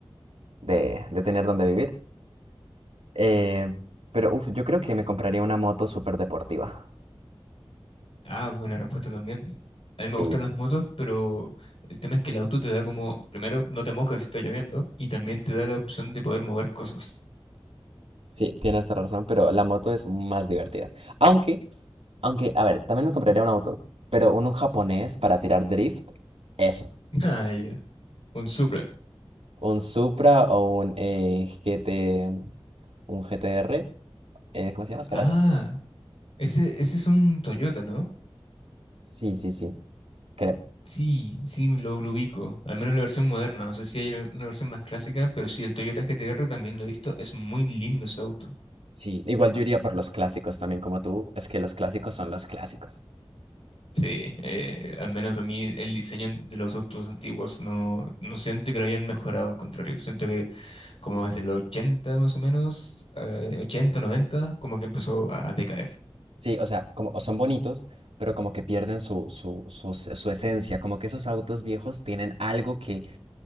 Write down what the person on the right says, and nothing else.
de, de tener dónde vivir. Eh, pero, uf, yo creo que me compraría una moto súper deportiva.
Sí,
sí, tienes razón, pero la moto es más divertida. Aunque, aunque, a ver, también me compraría una moto, pero un, un japonés para tirar drift. eso.
Un Supra o un eh, G T un G GTR, eh, ¿cómo se llama? Espérate.
Sí, sí, sí, creo.
Sí, igual yo iría por los clásicos también como tú, es que los clásicos son los clásicos.
Sí, o sea, como o son bonitos, pero como que pierden su, su, su, es- su esencia, como que esos autos viejos tienen algo que